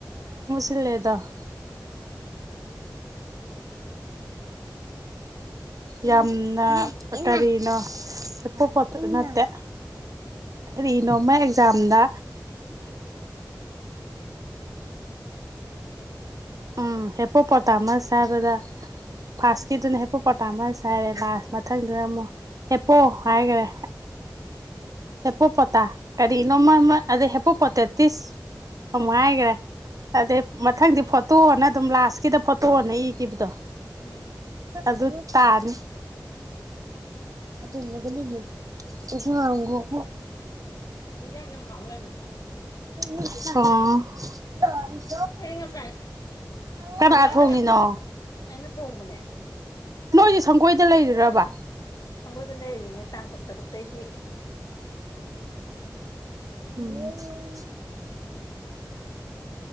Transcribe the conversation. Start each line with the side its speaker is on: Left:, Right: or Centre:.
Right: ꯁꯤꯂꯦꯗꯣ
Left: ꯎꯝ
Right: ꯌꯥꯝꯅ ꯀꯔꯤꯅꯣ ꯁꯦꯄ ꯄꯣ ꯅꯠꯇꯦ ꯀꯔꯤꯅꯣ ꯃꯥꯏ ꯑꯦꯛꯖꯥꯝꯗ ꯎꯝ ꯍꯦꯄꯣ ꯄꯣꯇꯥ ꯃꯆ ꯍꯥꯏꯕꯗ ꯐꯥꯔꯁꯀꯤꯗꯨꯅ ꯍꯦꯄꯣ ꯄꯇꯥ ꯃꯁ ꯍꯥꯏꯥꯈꯔꯦ ꯂꯥꯁ ꯃꯊꯪꯗꯨꯅ ꯑꯃꯨꯛ ꯍꯦꯄꯣ ꯍꯥꯏꯈꯔꯦ ꯍꯦꯄꯣꯄꯣꯇꯥ ꯀꯔꯤꯅꯣ ꯑꯗꯩ ꯍꯦꯄꯣꯄꯇꯦꯇꯤꯁ ꯑꯃꯨꯛ ꯍꯥꯏꯈ꯭ꯔꯦ ꯑꯗꯩ ꯃꯊꯪꯗꯤ ꯐꯣꯇꯣꯅ ꯑꯗꯨꯝ ꯂꯥꯁꯀꯤꯗ ꯐꯣꯇꯣꯅ ꯏꯈꯤꯕꯗꯣ
Left: ꯎꯝ
Right: ꯑꯗꯨ ꯇꯥꯅꯤ ꯍꯥ ꯂꯒꯅꯤ ꯀ ꯋꯥꯒ <unintelligible>
Left: ꯏꯖꯥꯡ ꯌꯝ ꯍꯥꯎ ꯂꯩꯔꯝꯃꯤ
Right: ꯑꯣ
Left: ꯑ ꯉꯁꯥꯏ
Right: ꯀꯅꯥ
Left: ꯇꯔꯕꯗ
Right: ꯊꯣꯡꯉꯤꯅꯣ
Left: <unintelligible> ꯑꯩꯅ ꯊꯣꯡꯕꯅꯦ
Right: ꯅꯣꯏꯒꯤ ꯁꯪꯒꯣꯏꯗ ꯂꯩꯔꯤꯔꯕ
Left: ꯁꯦꯒꯣꯏꯗ ꯂꯩꯔꯤꯅꯤ ꯇꯥꯡ ꯀꯨꯟꯇꯔꯨꯛꯇ ꯇꯩꯗꯤ
Right: ꯎꯝ